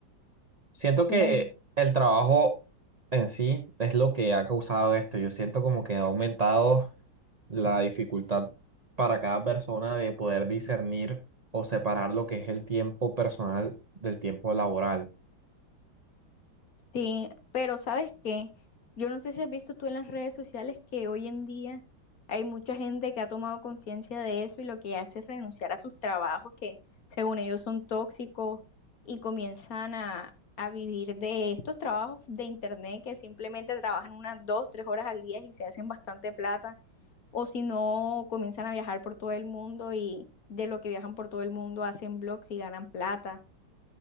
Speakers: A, on the right; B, on the left.
A: Siento
B: Entonces,
A: que el trabajo en sí es lo que ha causado esto. Yo siento como que ha aumentado la dificultad para cada persona de poder discernir o separar lo que es el tiempo personal del tiempo laboral.
B: Sí, pero ¿sabes qué? Yo no sé si has visto tú en las redes sociales que hoy en día hay mucha gente que ha tomado conciencia de eso y lo que hace es renunciar a sus trabajos que según ellos son tóxicos y comienzan a, a vivir de estos trabajos de internet que simplemente trabajan unas dos, tres horas al día y se hacen bastante plata o si no comienzan a viajar por todo el mundo y de lo que viajan por todo el mundo hacen blogs y ganan plata